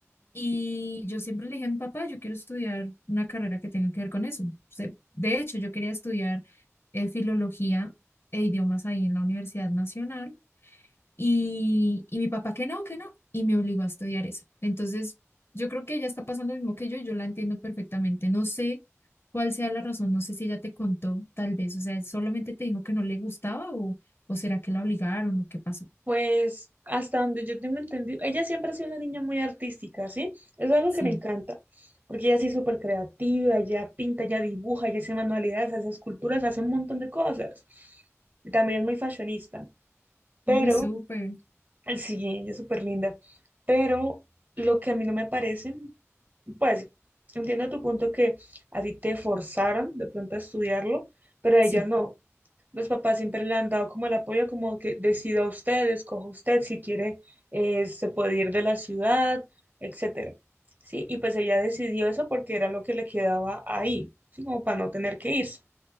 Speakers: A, on the left; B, on the right.
A: y yo siempre le dije a mi papá, yo quiero estudiar una carrera que tenga que ver con eso. O sea, de hecho, yo quería estudiar eh, filología e idiomas ahí en la Universidad Nacional y, y mi papá que no, que no, y me obligó a estudiar eso. Entonces, yo creo que ella está pasando lo mismo que yo y yo la entiendo perfectamente. No sé cuál sea la razón, no sé si ella te contó, tal vez, o sea, solamente te dijo que no le gustaba o, o será que la obligaron o qué pasó.
B: Pues hasta donde yo tengo entendido, ella siempre ha sido una niña muy artística, ¿sí? Es algo
A: Sí,
B: que me encanta, porque ella sí es súper creativa, ella pinta, ella dibuja, ella hace manualidades, hace esculturas, hace un montón de cosas. Y también es muy fashionista, pero,
A: muy súper.
B: sí, ella es súper linda, pero lo que a mí no me parece, pues, entiendo tu punto que a ti te forzaron de pronto a estudiarlo, pero a
A: Sí,
B: ella no. Los papás siempre le han dado como el apoyo, como que decida usted, escoja usted si quiere, eh, se puede ir de la ciudad, etcétera. Sí, y pues ella decidió eso porque era lo que le quedaba ahí, ¿sí? Como para no tener que irse.